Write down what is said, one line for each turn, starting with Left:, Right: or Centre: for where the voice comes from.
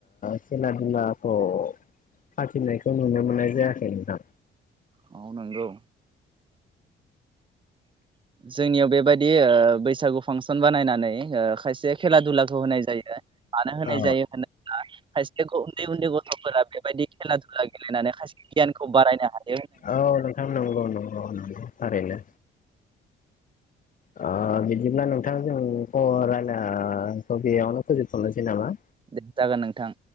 Left: खेला दुलाखौ फाथिनायखौ नुनो मोननाय जाया खै नोंथां।
Right: अ नंगौ। जोंनियाव बेबायदि ओ बैस बैसागु फांसन बानायनानै ओ खायसे खेला दुलाखौ होनाय जायो। मानो होनाय
Left: औ
Right: जायो होनोब्ला खायसेखौ उन्दै उन्दै गथ'फोरा बे बायदि खेला दुला गेलेनानै खायसे गियान खौ बारायनो हाय
Left: औ नोंथां नंगौ नंगौ नंगौ थारैनो। ओ बिदिब्ला नोंथां जों ख रायलाना खौ बेयावनो फोजोबथ'नोसै नामा?
Right: दे जागोन नोंथां।